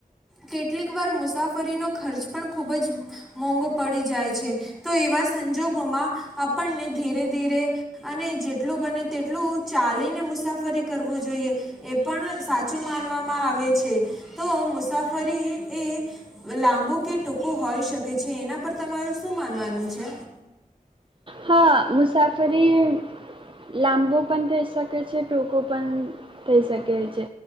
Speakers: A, in the centre; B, on the right.
A: કેટલીક વાર મુસાફરીનો ખર્ચ પણ ખુબ જ મોંઘો પડી જાય છે તો એવા સંજોગોમાં આપણને ધીરે ધીરે અને જેટલું બને તેટલું ચાલીને મુસાફરી કરવું જોઈએ. પણ સાચું માનવામાં આવે છે તો મુસાફરી એ લાંબુ કે ટૂંકું હોય શકે છે એના પર તમારું શું માનવાનું છે.
B: હા મુસાફરી લાંબુ પણ થઈ શકે છે ટૂંકું પણ થઈ શકે છે